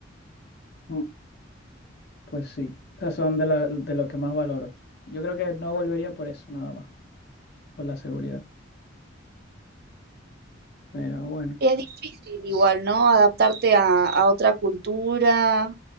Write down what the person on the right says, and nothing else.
Y es difícil igual, ¿no? Adaptarte a, a otra cultura,